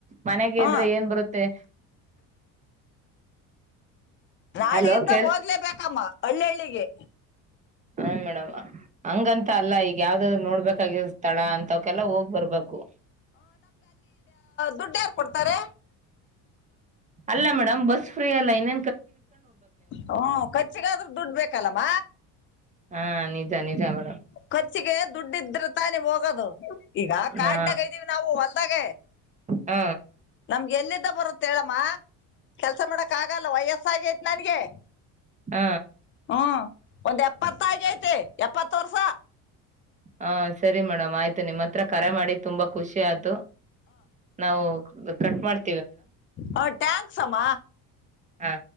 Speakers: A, on the right (about 20°); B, on the left (about 35°).
A: ಮನೆಗೆ
B: ಹ್ಮ್
A: ಇದ್ರೆ ಏನ್ ಬರುತ್ತೆ
B: ನಾಳಿ
A: ಎಲ್ಲೋ
B: ಇದ್ದ
A: ಕೇಳ
B: ಹೋಗ್ಲೇಬೇಕಮ್ಮ ಹಳ್ಳಳ್ಳಿಗೆ
A: ಹ ಮೇಡಮ್ ಹಂಗಂತ ಅಲ್ಲ ಈಗ ಯಾವ್ದಾದ್ರು ನೋಡ್ಬೇಕಾಗಿ ತಳ ಅಂತಕಲ್ಲ ಹೋಗ್ ಬರ್ಬೇಕು
B: ದುಡ್ಡೆ ಕೊಡ್ತಾರೆ
A: ಅಲ್ಲ ಮೇಡಮ್ ಬಸ್ ಫ್ರೀ ಅಲ್ಲ ಇಏನ್
B: ಹಓ ಕಚ್ಚಿಗಾದ್ರೂ ದುಡ್ಡು ಬೇಕಲ್ಲಮ್ಮ
A: ಹಾ ನಿಜ ನಿಜ ಮೇಡಮ್
B: ಖರ್ಚಿಗೆ ದುಡ್ಡು ಇದ್ರ ತಾನೇ ಹೋಗದು ಈಗ ಕಾಡ್ನಾಗ
A: ನಾ
B: ಇದ್ದೀವಿ ನಾವು ಹೊಲ್ದಾಗ
A: ಹ
B: ನಮ್ಗೆ ಎಲ್ಲ ಬರಂತ ಹೇಳಮ್ಮ ಕೆಲ್ಸ ಮಾಡಕ ಆಗಲ್ಲ ವಯಸ್ಸ ಹೊಸ ಆಗೇತ್ ನನ್ಗೆ
A: ಹ
B: ಹ್ಮ್ ಒಂದ್ ಎಪ್ಪತ್ತಾಯ ಐತಿ ಎಪ್ಪತ್ತು ವರ್ಷ
A: ಹಾ ಸರಿ ಮೇಡಮ್ ಆಯ್ತು ನಿಮ್ಮ್ ಹತ್ರ ಕರೆ ಮಾಡಿ ತುಂಬಾ ಖುಷಿ ಆಯ್ತು ನಾವು ಕಟ್ ಮಾಡ
B: ಹ ಟ್ಯಾಂಕ್ಸ್ಮ್
A: ಹಾ